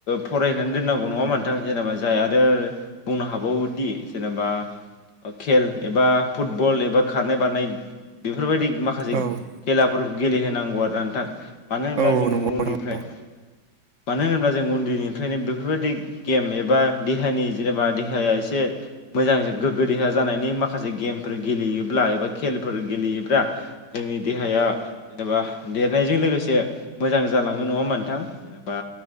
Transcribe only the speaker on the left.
फरायहनानै दोननांगौ नङा होनबा नोंथां जेनेबा जाय आरो बुंनो हाबावोदि जेनेबा खेल एबा फुटबल एबा खारनाय बारनाय बेफोरबायदि माखासे
खेलाफोरखौ गेलेहोनांगौ आरोना नोंथां मानो होनब्ला
जोङो
उन्दैफ्राय
मानो होनोब्ला जों उन्दैनिफ्रायनो बेफोरबायदि गेम एबा देहानि जेनेबा देहाया एसे मोजां गोग्गो देहा जानायनि माखासे गेमफोर गेलेयो ब्ला एबा खेलफोर गेलेयोब्ला जोंनि देहाया जेनेबा देरनायजों लोगोसे मोजां जालाङो नङा होमबा नोंथां जेनेबा